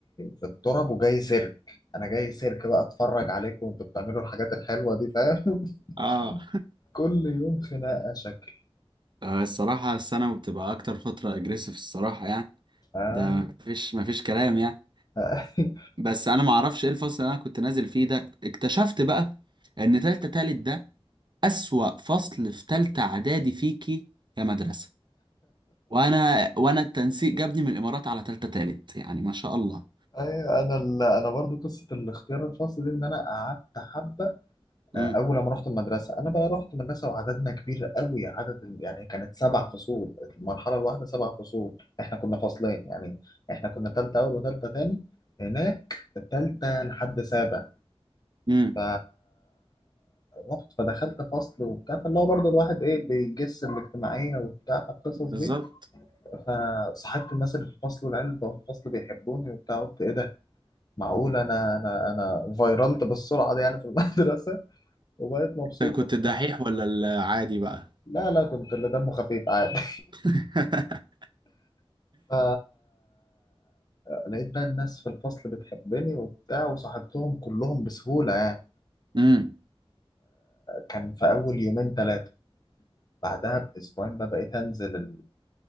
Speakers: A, on the left (about 40°); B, on the right (about 50°).
A: في التراب وجاي سيرك انا جاي سيرك بقى اتفرج عليكم وانتوا بتعملوا الحاجات الحلوه دي فاهم <laughs>
B: اه
A: كل يوم خناقه شكل
B: آه، الصراحة الثانوي بتبقى أكتر فترة أجريسيف الصراحة يعني
A: أيوة.
B: ده مفيش مفيش كلام يعني
A: <laughs>
B: بس أنا معرفش إيه الفصل اللي أنا كنت نازل فيه ده اكتشفت بقى إن تالتة تالت ده أسوأ فصل في تالتة إعدادي فيكي يا مدرسة وأنا وأنا التنسيق جابني من الإمارات على تالتة تالت يعني ما شاء الله
A: ايوه انا ال- انا برضو قصه الاختيار الخاص دي ان انا قعدت حبه
B: امم
A: آه، اول ما رحت المدرسه انا بقى رحت مدرسه وعددنا كبير قوي عدد ال- يعني كانت سبع فصول المرحله الواحده سبع فصول احنا كنا فصلين يعني احنا كنا تالته اول وتالته تاني هناك تالته لحد سابع
B: امم
A: ف رحت فدخلت فصل وبتاع فاللي هو برضه الواحد ايه بيجس الاجتماعيه وبتاع القصص
B: بالظبط
A: دي فصاحبت الناس اللي في الفصل والعيال اللي بقوا في الفصل بيحبوني وبتاع قلت ايه ده معقول انا انا انا فيرلت بالسرعه دي يعني في المدرسه <laughs> وبقيت مبسوط
B: أنت كنت
A: وبتاع
B: الدحيح ولا العادي بقى؟
A: لا لا كنت اللي دمه خفيف عادي
B: <laughs>
A: <laughs> ف لقيت بقى الناس في الفصل بتحبني وبتاع وصاحبتهم كلهم بسهوله يعني
B: امم
A: كان في اول يومين ثلاثه بعدها باسبوعين بقى بقيت انزل